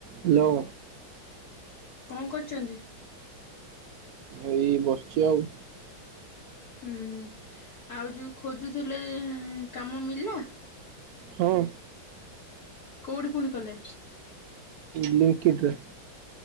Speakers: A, on the right; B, on the left.
A: Hello.
B: କଣ କରୁଛନ୍ତି?
A: ଏଇ ବସିଛି ଆଉ
B: ହୁ ହୁଁ ଆଉ ଯୋଉ ଖୋଜୁଥିଲେ କାମ ମିଳିଲା।
A: ହଉ।
B: କୋଉଠି ପୁଣି କଲେ?
A: ଲିଙ୍କି ଡ୍ରା।